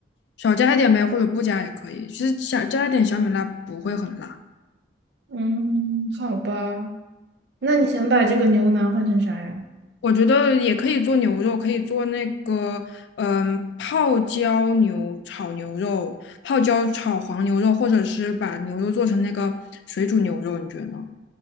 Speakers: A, on the left; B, on the right.
A: 少加一点呗，或者不加也可以。其实小加一点小米辣不会很辣，
B: 嗯，好吧，那你想把这个牛腩换成啥呀？
A: 我觉得也可以做牛肉，可以做那个嗯泡椒牛炒牛肉、泡椒炒黄牛肉，或者是把牛肉做成那个水煮牛肉，你觉得呢？